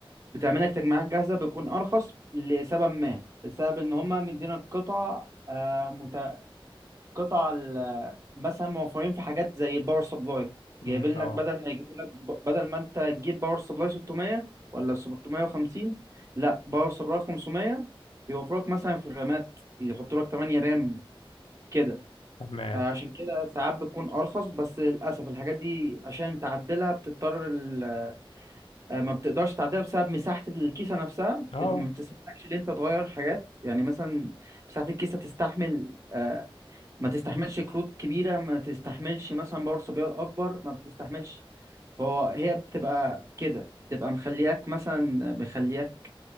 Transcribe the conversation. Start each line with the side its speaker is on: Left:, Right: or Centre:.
Right: بتعمل لك تجميعات جاهزه بيكون ارخص لسبب ما بسبب ان هم مدينا القطع آه، مت... قطع ال- مثلا موفرين في حاجات زي الباور سبلاي جايبين
Left: امم، اه
Right: لك بدل ما يجيبوا لك ب- بدل ما انت تجيب باور سبلاي 600 ولا 650 لا باور سبلاي 500 بيوفروا لك مثلا في الرامات يحطوا لك 8 رام كده
Left: تمام
Right: عشان كده ساعات بتكون ارخص بس للاسف الحاجات دي عشان تعدلها بتضطر ال- آه، ما بتقدرش تعدلها بسبب مساحه الكيسه نفسها
Left: اه
Right: بت- ما بتسمحلكش ان انت تغير حاجات يعني مثلا مساحه الكيسه تستحمل آه، ما تستحملش كروت كبيره ما تستحملش مثلا باور سبلاي اكبر ما بتستحملش فهي بتبقى كده بتبقى مخلياك مثلا مخلياك